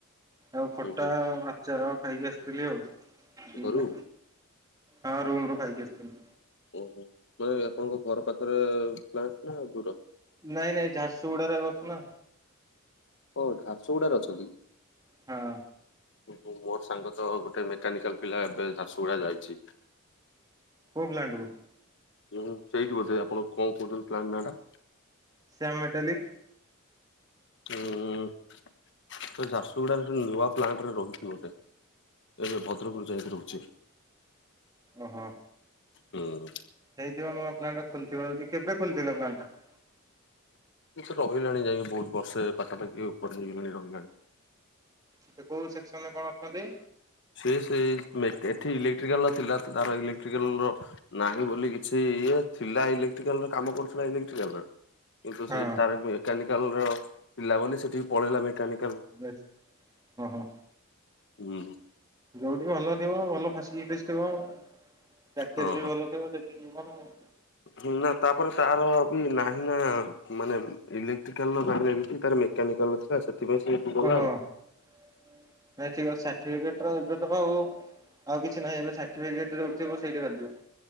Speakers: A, on the right; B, on the left.
A: ଆଉ ଖଟା
B: ହୁଁ ହୁଁ
A: ଆ ଚାର ଖାଇକି ଆସିଥିଲି ଆଉ
B: ଘରୁ
A: ହଁ ରୁମ୍ ରୁ ଖାଇକି ଆସିଥିଲି।
B: ଓହୋ ମାନେ ଆପଣଙ୍କ ଘର ପାଖରେ ପ୍ଲାଣ୍ଟ ନା ଦୂର?
A: ନାଇଁ ନାଇଁ ଝାରସୁଗୁଡାରେ ଏବେ ଅଛୁ ନା।
B: ଓ ଝାରସୁଗୁଡାରେ ଅଛନ୍ତି।
A: ହଁ।
B: ଓହୋ ମୋର ସାଙ୍ଗ ତ ଗୋଟେ ମେକାନିକାଲ୍ ପିଲା ଏବେ ଝାରସୁଗୁଡା ଯାଇଛି।
A: କୋଉ ପ୍ଲାଣ୍ଟ କୁ?
B: ହୁଁ ସେଇଠି ବୋଧେ ଆପଣ କଣ କହୁଛନ୍ତି ପ୍ଲାଣ୍ଟ ନାଁ ଟା?
A: ଶ୍ୟାମ୍ ମେଟାଲିିକ୍।
B: ଉଁ ଝାରସୁଗୁଡାରେ ନୂଆ ପ୍ଲାଣ୍ଟରେ ରହିଛି ବୋଧେ। ଏବେ ଭଦ୍ରକରୁ ଯାଇକି ରହୁଛି।
A: ହଁ ହଁ।
B: ହୁଁ।
A: ହେଇଥିବ ନୂଆ ପ୍ଲାଣ୍ଟ ଖୋଲିଥିବ ଯଦି କେବେ ଖୋଲିଥିଲା ପ୍ଲାଣ୍ଟ ଟା?
B: କି ରହିଲାଣି ଯାଇକି ବହୁତ ବର୍ଷେ ପାଖାପାଖି ଉପରେ ହେଇଗଲାଣି ରହିଲାଣି।
A: ସେ କୋଉ ସେକ୍ସନ ରେ କଣ ଅଛନ୍ତି?
B: ସେ ସେ ଏଠି ଇଲେକ୍ଟ୍ରିକାଲ୍ ଥିଲା ତାର ଇଲେକ୍ଟ୍ରିକାଲ୍ ର ନାହିଁ ବୋଲି କିଛି ଇଏ ଥିଲା ଇଲେକ୍ଟ୍ରିକାଲ୍ ର କାମ କରୁଥିଲା ଇଲେକ୍ଟ୍ରିକାଲ୍ ର। କିନ୍ତୁ
A: ହଁ
B: ସେ ତାର ମେକାନିକାଲ୍ ର ଥିଲା ବୋଲି ସେଠିକି ପଳେଇଲା ମେକାନିକ
A: ବେଶ୍ ହଁ ହଁ।
B: ହୁଁ।
A: ଯୋଉଠି ଭଲ ଥିବ ଭଲ ଫ୍ୟାସିଲିଟିଜ୍ ଥିବ। ପ୍ୟାକେଜ୍
B: ହଁ
A: ବି ଭଲ ଥିବ ସେଠୀକି ଯିବନା ଆଉ।
B: ହୁଁ ନା ତାପରେ ତାର ବି ନାହିଁ ନା ମାନେ ଇଲେକ୍ଟ୍ରିକାଲ୍ ରହିଲା ଭିତରେ ତାର ମେକାନିକାଲ୍ ର ଥିଲା ସେଥିପାଇଁ ସେ ଗଲା
A: ଓହୋ
B: ଆଉ।
A: ନାଇଁ ଠିକ୍ ଅଛି ସାଠୀ ପିକେଟ୍ ର ତ ଏବେ ସବୁ ଆଉ କିଛି ନାହିଁ ଏବେ ସାର୍ଟିଫିକେଟ୍ ଯୋଉଠିଥିବ ସେଇଠି ଭାବିବ।